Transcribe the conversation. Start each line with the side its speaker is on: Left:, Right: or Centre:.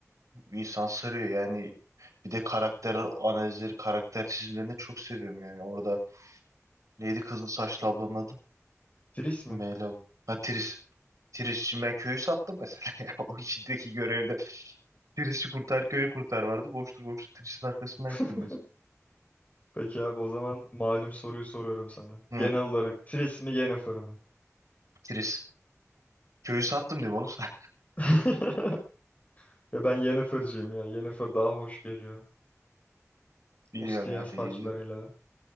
Right: insan sarıyor yani. Bir de karakter analizleri, karakter çizimlerini çok seviyorum yani. Orada neydi kızın saçlı ablanın adı?
Left: Triss mi?
Right: Meyla. Ha Triss. Tirisçi ben köyü sattım mesela <laughs> ya. O içindeki görevde Tiris'i kurtar köyü kurtar vardı. Koştur koştur Tiris'in arkasından
Left: <laughs>
Right: gittim mesela.
Left: Peki abi o zaman malum soruyu soruyorum sana.
Right: Hı.
Left: Genel olarak Tris mi Yennefer mı?
Right: Tiris. Köyü sattım değil mi oğlum? <laughs>
Left: <laughs> Ya ben Yennefer'cıyım ya. Yennefer daha hoş geliyor.
Right: Bilmiyorum
Left: O siyah
Right: ya.
Left: saçlarıyla
Right: Feci değil.